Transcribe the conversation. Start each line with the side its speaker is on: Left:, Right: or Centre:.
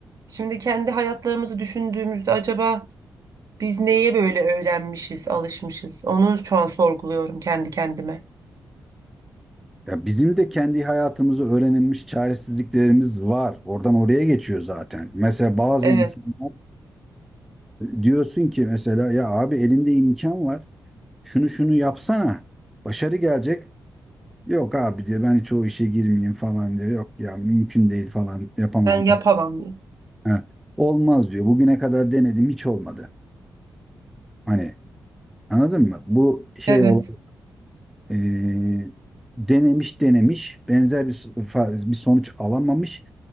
Right: şimdi kendi hayatlarımızı düşündüğümüzde acaba biz neye böyle öğrenmişiz, alışmışız? Onu şu an sorguluyorum kendi kendime.
Centre: Ya bizim de kendi hayatımızda öğrenilmiş çaresizliklerimiz var. Oradan oraya geçiyor zaten. Mesela bazı
Right: Evet.
Centre: insanlar. Ee, diyorsun ki mesela ya abi elinde imkan var. Şunu şunu yapsana. Başarı gelecek. Yok abi diyor ben hiç o işe girmeyeyim falan diyor. Yok ya mümkün değil falan yapamam
Right: Ben
Centre: falan.
Right: yapamam diye.
Centre: Ha, Olmaz diyor. Bugüne kadar denedim hiç olmadı. Hani anladın mı? Bu şey
Right: Evet.
Centre: olan e, denemiş denemiş benzer bir, so- fa- bir sonuç alamamış.